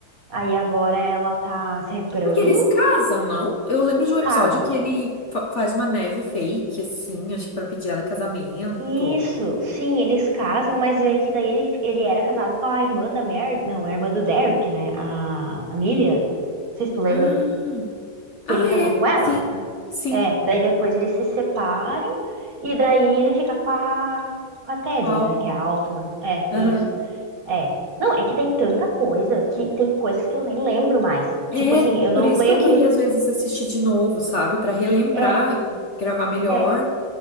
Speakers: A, on the right (about 50°); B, on the left (about 50°).
A: Aí agora ela tá se recuperando,
B: Porque eles casam, não? Eu lembro de um episódio
A: casa.
B: que ele fa- faz uma neve fake, assim, acho que pra pedir ela em casamento.
A: Isso, sim, eles casam, mas é que daí ele, ele era casado com a irmã da Mary, não, a irmã do Derek, né? A Amelia, não sei se tu lembra,
B: Ah.
A: que
B: Ah,
A: ele casou
B: é.
A: com ela.
B: Sim, sim.
A: É, daí depois eles se separam e daí ele fica com a, com a Teddy,
B: Qual?
A: né? Que é a Altman. É,
B: Aham.
A: isso. É. Não, é que tem tanta coisa que tem coisas que eu nem lembro mais.
B: É,
A: Tipo assim, eu
B: por
A: não
B: isso
A: lembro.
B: que eu queria às vezes assistir de novo, sabe? Pra relembrar
A: É,
B: e gravar melhor.
A: é.